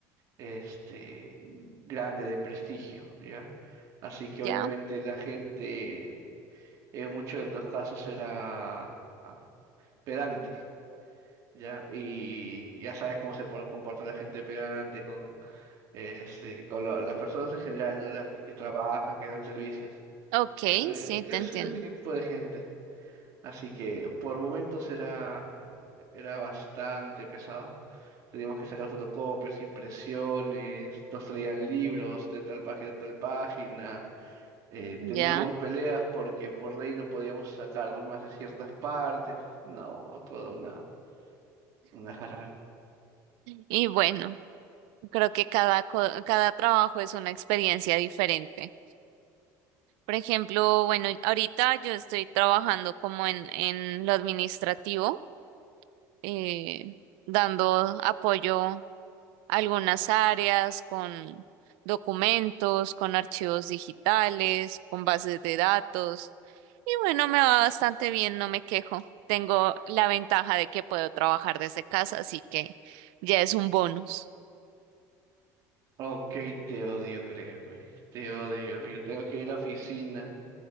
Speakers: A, on the right (about 45°); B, on the right (about 70°).
A: este, grande, de prestigio, ¿ya? Así que
B: Ya,
A: obviamente la gente en muchos de los casos era ah, pedante, ¿ya? Y ya sabes cómo se por- comporta la gente pedante con, este, con lo- las personas en general, ¿no? Las que, que trabajan, que dan servicios.
B: ok,
A: Eh,
B: sí,
A: es
B: te entiendo.
A: ese tipo de gente. Así que por momentos era Era bastante pesado. Teníamos que sacar fotocopias, impresiones, nos traían libros de tal página a tal página. eh,
B: Ya.
A: teníamos peleas porque por ley no podíamos sacar más de ciertas partes. No, toda una, una jarana.
B: Y bueno, creo que cada, co- cada trabajo es una experiencia diferente. Por ejemplo, bueno, ahorita yo estoy trabajando como en, en lo administrativo, eh, dando apoyo. algunas áreas con documentos, con archivos digitales, con bases de datos. Y bueno, me va bastante bien, no me quejo. Tengo la ventaja de que puedo trabajar desde casa, así que ya es un bonus.
A: Ok, te odio, créeme. Te odio. Yo tengo que ir a la oficina.